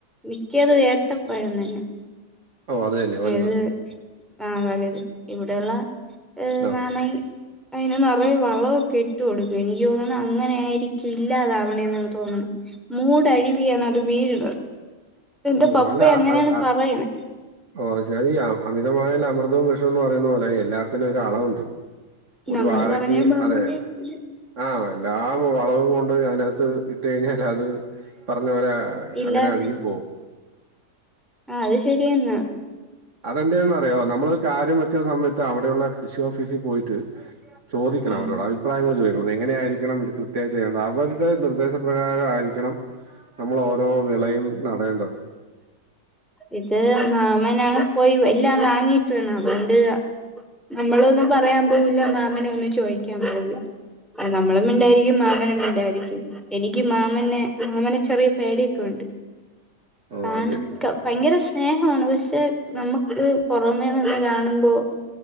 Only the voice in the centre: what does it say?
മിക്കതും ഏത്ത പഴം തന്നെ
ഏത് ആ വലുത് ഇവിടെള്ള ഹ്
മാമയ് അതിന് നിറയെ വളവോക്കെ ഇട്ട് കൊടുക്കും എനിക്ക് തോന്ന്ണ് അങ്ങനെ ആയിരിക്കും ഇല്ലാതാവണേ എന്നാണ് തോന്ന്ണേ മൂടഴിവിയാണ് അത് വീഴുന്നത് എന്റെ
പപ്പ
അങ്ങനെണ്
പറയണേ
നമ്മള്
പറഞ്ഞ മാമ
കേക്കൂല
ഇല്ലാതായി
ആ അത് ശരി ന്നാ
ആഹ്
ഇത് മാമനാണ് പോയി എല്ലാം വാങ്ങിയിട്ട് വേണം അതുകൊണ്ട് അ നമ്മളൊന്നും പറയാൻ പോവില്ല മാമനെ ഒന്നും ചോയ്ക്കാൻ പോവില്ല നമ്മളും മിണ്ടായിരിക്കും മാമനും മിണ്ടായിരിക്കും എനിക്ക് മാമനെ മാമനെ ചെറിയ പേടിയൊക്കെ ഉണ്ട്
കാൺ
ഭയങ്കര സ്നേഹമാണ് പക്ഷെ നമുക്ക് പുറമേ നിന്ന് കാണുമ്പോ